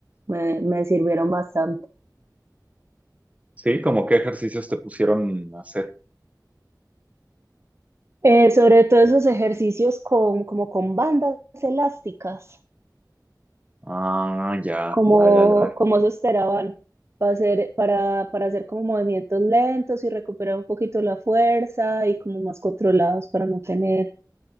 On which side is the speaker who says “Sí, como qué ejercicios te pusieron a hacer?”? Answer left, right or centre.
Right